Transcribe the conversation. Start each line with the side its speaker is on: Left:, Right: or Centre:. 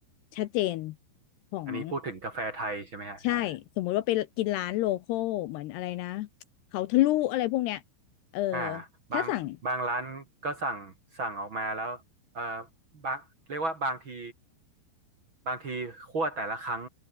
Left: ชัดเจนของ
Right: อันนี้พูดถึงกาแฟไทยใช่ไหมฮะอ่า
Left: ใช่สมมุติว่าไปกินร้านโลคอลเหมือนอะไรนะเขาทะลุอะไรพวกเนี้ยเออ
Right: อ่าบางบางร้านก็สั่งสั่งออกมาแล้วเออ
Left: ถ้าสั่ง
Right: บางเรียกว่าบางที บางทีคั่วแต่ละครั้ง